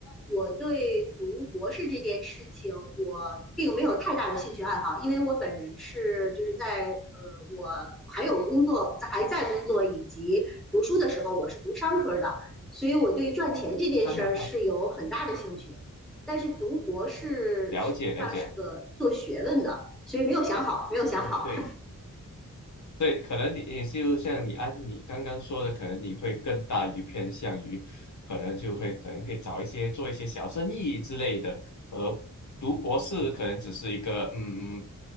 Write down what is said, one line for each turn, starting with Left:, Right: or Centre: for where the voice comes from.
Centre: 我对读博士这件事情，我并没有太大的兴趣爱好，因为我本人是就是在呃，我还有工作，还在工作以及读书的时候，我是读商科的，所以我对赚钱这件事儿是有很大的兴趣。
Left: 哈哈，
Centre: 但是读博士实际上是个做学问的，
Left: 了解了解，
Centre: 所以没有想好，没有想好。
Left: 嗯，对。对，可能你也就像你啊，你刚刚说的，可能你会更大于偏向于，可能就会可能会找一些做一些小生意之类的，而读博士可能只是一个嗯